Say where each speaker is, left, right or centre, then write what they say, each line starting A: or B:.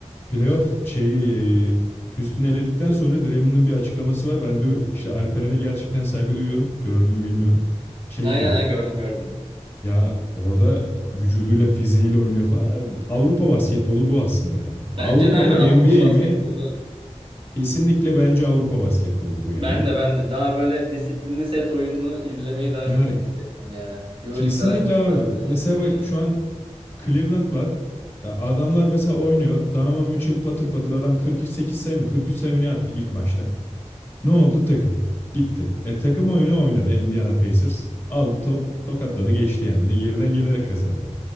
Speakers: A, on the left; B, on the right.
A: Playoff şeyi Houston'ı eledikten sonra Draymond'ın bir açıklaması var. Ben diyor işte Alperen'e gerçekten saygı duyuyorum. Gördüğümü bilmiyorum. Şey
B: Aynen
A: diyor.
B: ha, gördüm gördüm.
A: Ya orada vücuduyla fiziğiyle oynuyor falan. Avrupa basketbolu bu aslında yani.
B: Bence
A: Avrupa
B: de aynen
A: mı NBA
B: Avrupa basketbolu
A: mi? Kesinlikle bence Avrupa basketboludur yani.
B: Ben de ben de daha böyle disiplinli set oyununu izlemeyi daha
A: Ya
B: çok seviyorum yani. EuroLeague
A: kesinlikle
B: daha çok
A: abi.
B: takip ederim
A: Mesela
B: NBA'ye
A: bak şu
B: göre.
A: an Cleveland var. Ya adamlar mesela oynuyor. Donovan Mitchell patır patır adam 48 sayı mı 43 sayı mı ne attı ilk maçta. Ne oldu? Tık. Gitti. E takım oyunu oynadı Indiana Pacers. Aldı to- tokatladı geçti yani. Bir de geriden gelerek kazandılar.